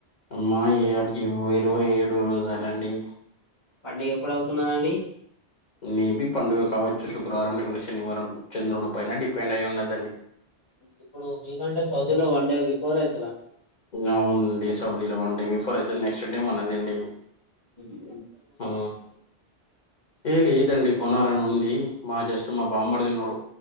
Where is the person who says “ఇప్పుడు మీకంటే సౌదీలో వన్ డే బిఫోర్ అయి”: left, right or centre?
Left